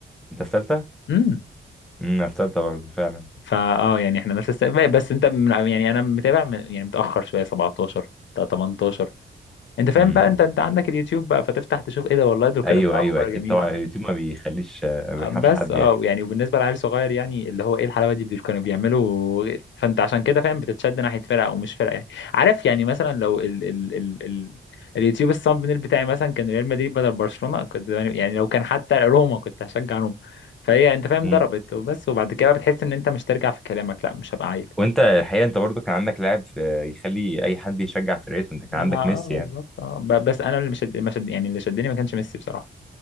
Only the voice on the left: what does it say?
امم
فا اه يعني احنا نفس السن بس انت من- يعني انا متابع من يعني متأخر شوية 17 تا 18 انت فاهم
بقى
انت انت عندك اليوتيوب بقى فتفتح تشوف ايه ده والله دول كانوا
بيلعبوا
كورة
جميلة
بس
اه
يعني وبالنسبه لعيل صغير يعني اللي هو ايه الحلاوه دي اللي كانوا بيعملوا فانت عشان كده فاهم بتتشد ناحيه فرقه او مش فرقه يعني عارف يعني مثلا لو ال ال ال ال اليوتيوب الثامبنيل بتاعي مثلا كان ريال مدريد بدل برشلونه كنت زمان- يعني لو كان حتى روما كنت هشجع روما فهي انت فاهم
ضربت وبس وبعد كده بتحس ان انت مش ترجع في كلامك لا مش هبقى عيل
لا
ما
اه بالظبط
اه ب- بس انا اللي مش اللي مش يعني اللي شدني ما كانش ميسي بصراحه